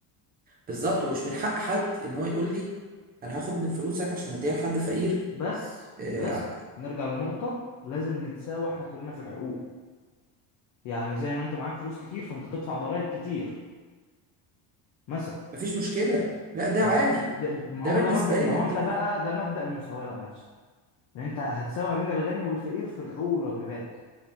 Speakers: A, on the right; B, on the left.
A: بالظبط ومش من حق حد ان هو يقول لي انا هاخد من فلوسك عشان اديها لحد فقير
B: بس
A: آه،
B: بس نرجع لنقطة لازم نتساوى احنا كلنا في الحقوق يعني زي ما انت معاك فلوس كتير فانت تدفع ضرائب كتير مثلا
A: مفيش مشكلة لا ده
B: يعني
A: عادي
B: ده ما
A: ده
B: هو
A: بالنسبة
B: ده مبدأ ما
A: لي منطقي
B: هو انت بقى ده مبدأ المساواة بقى نفسه ان انت هتساوي ما بين الغني والفقير في الحقوق والواجبات